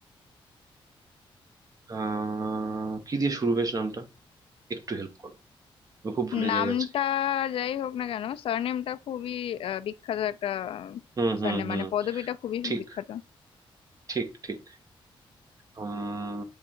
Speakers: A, on the right; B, on the left.
A: আহ কি দিয়ে শুরু বেশ নামটা একটু হেল্প করো আমি খুব ভুলে
B: নামটা
A: যাই আজকে
B: যাই হোক না কেন সারনেমটা খুবই আহ, বিখ্যাত একটা
A: হুম
B: সারনেম
A: হুম হুম
B: মানে পদবিটা খুবই
A: ঠিক
B: বিখ্যাত
A: ঠিক ঠিক উম